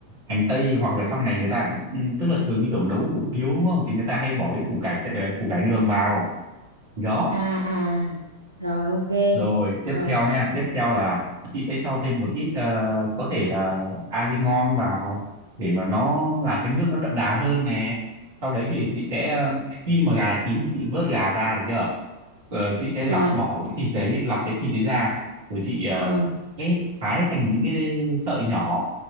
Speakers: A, on the right; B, on the left.
A: hành tây hoặc là trong này người ta cũng- ừ, tức là thường như kiểu nấu hủ tiếu đúng không thì người ta hay bỏ cái củ cải chạy- ờ, củ cải đường vào thì đó
B: À à. Rồi ok.
A: Rồi tiếp
B: Rồi,
A: theo nha, tiếp theo là chị sẽ cho thêm một ít ờ, có thể là Azingon vào để mà nó làm cái nước nó đậm đà hơn nè. Sau đấy thì chị sẽ ờ, khi mà gà chín chị vớt gà ra được chưa? Ờ, chị sẽ
B: rồi.
A: lọc bỏ cái thịt đấy, lọc cái thịt đấy ra rồi chị ờ,
B: Ờ.
A: sẽ thái thành những cái sợi nhỏ.